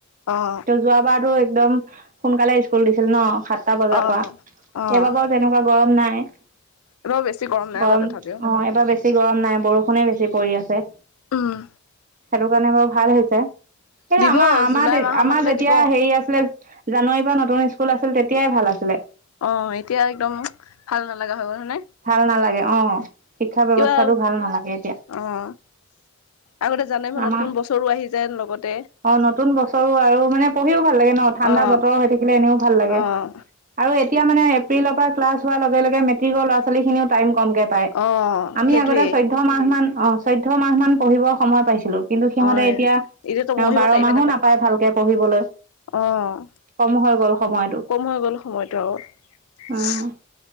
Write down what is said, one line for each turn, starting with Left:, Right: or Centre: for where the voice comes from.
Left: অ'।
Right: ত যোৱাবাৰতো একদম সোনকালে স্কুল দিছিল ন। সাতটা বজাৰ
Left: অ',
Right: পৰা।
Left: অ',
Right: এইবাৰ বাৰু তেনেকুৱা গৰম নাই।
Left: বৰ বেছি নাই
Right: গৰম
Left: বাৰু তথাপিও।
Right: অ', এইবাৰ বেছি গৰম নাই বৰষুণে বেছি পৰি আছে।
Left: উম,
Right: সেইটো কাৰণে বাৰু ভাল হৈছে। কিন্তু
Left: দিব
Right: আমাৰ-আমাৰ-আমাৰ
Left: জুলাই মাহৰ মানলৈ
Right: যেতিয়া
Left: দিব
Right: হেৰি আছ জানুৱাৰীৰ পৰা নতুন স্কুল আছিল তেতিয়াই ভাল আছিলে।
Left: অ', এতিয়া একদম ভাল নালাগা হৈ গ'ল হয় নে?
Right: ভাল নালাগে অ', শিক্ষা ব্যৱস্থাটো
Left: কিবা
Right: ভাল নালাগে এতিয়া।
Left: অ', আগতে জানে ম
Right: আমাৰ
Left: নতুন বছৰো আহি যায় লগতে।
Right: অ', নতুন বছৰো আৰু মানে পঢ়িও ভাল লাগে ন ঠাণ্ডা
Left: অ',
Right: বতৰ হৈ থাকিলে এনেও ভাল লাগে।
Left: অ',
Right: আৰু এতিয়া মানে এপ্ৰিলৰ পৰা ক্লাছ হোৱাৰ লগে-লগে মেট্ৰিকৰ ল'ৰা ছোৱালী খিনিও টাইম কমকে পায়,
Left: অ',
Right: আমি
Left: সেইটোৱেই
Right: আগতে চৈধ্য মাহমান অ', চৈধ্যমাহ মান পঢ়িব সময় পাইছিলো। কিন্তু সিহঁতে
Left: অ',
Right: এতিয়া,
Left: এতিয়াতো পঢ়িব
Right: এ বাৰমাহো
Left: টাইমে
Right: নাপায় ভালকে পঢ়িবলৈ।
Left: অ',
Right: কম হৈ গ'ল সময়।
Left: কম হৈ গ'ল সময়টো আৰু <inaudible>
Right: উম